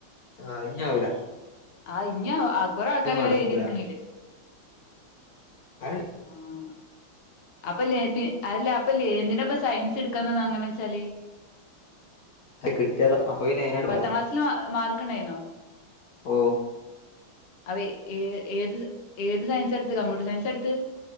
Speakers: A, on the left; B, on the left.
A: ആഹ്, ഇഞ്ഞാവൂല.
B: ആ, ഇഞ്ഞ് ആ കുറെ
A: അതൊന്നും
B: ആൾക്കാരങ്ങനെ
A: നടക്കൂല
B: എഴുതിയെടുക്കണ്ല്ലേ.
A: അത്
B: ആഹ്. അപ്പല്ലേ അതല്ലേ അപ്പല്ലേ എന്തിനാപ്പോ സയൻസ് എടുക്കുന്ന അങ്ങനെ വെച്ചാല്.
A: അത് കിട്ടിയതാ അപ്പൊ പിന്നെ അയിനാട്
B: പത്താം
A: പോയതാ
B: ക്ലാസില് മാർക്ക് ഉണ്ടായിരുന്നോ?
A: ഓ.
B: അവ ഏ ഏത് ഏത് സയൻസാ എടുത്തേ കമ്പ്യൂട്ടർ സയൻസാ എടുത്തേ.